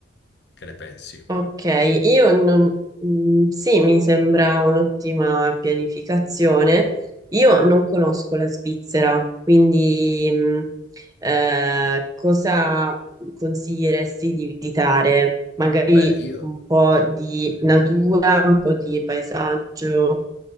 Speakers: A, on the left; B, on the right.
A: Che ne pensi?
B: Ok, io non... mm, Sì, mi sembra un'ottima pianificazione. Io non conosco la Svizzera, quindi mm, eh, cosa consiglieresti di visitare? Magari
A: Beh, io.
B: un po' di natura, un po' di paesaggio.